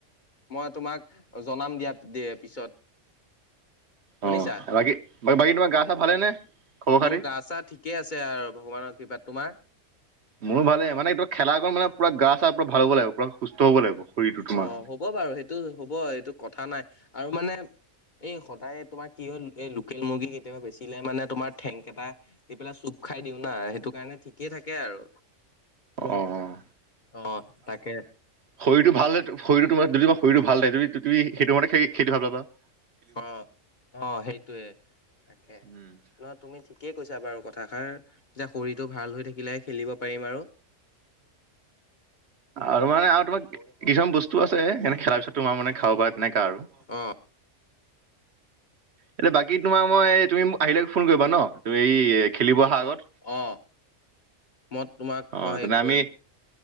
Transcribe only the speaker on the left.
মই তোমাক জনাম দিয়া পিছত। শুনিছা?
মোৰ গা- চা ঠিকে আছে আৰু ভগৱানৰ কৃিবা তোমাৰ?
অ হ'ব বাৰু সেইটো হ'ব এইটো কথা নাই আৰু মানে এই সদায় তোমাৰ কি হল এই লোকেল মুৰ্গী কেতিয়াবা বেচিলে মানে তোমাৰ ঠেংক এটা দি পেলাই চু খাই দিও না সেইটো কাৰণে ঠিকেই থাকে আৰু।
অ' তাকে।
অ অ সেইটোয়ে তাকে
নহ তুমি ঠিক কি কৈছা বাৰু কথাষাৰ তেতিয়া শৰীৰটো ভাল হৈ থাকিলেহে খেলিব পাৰিম আৰু।
অ
অ, মই তোমাক
হেৰি
কৰিম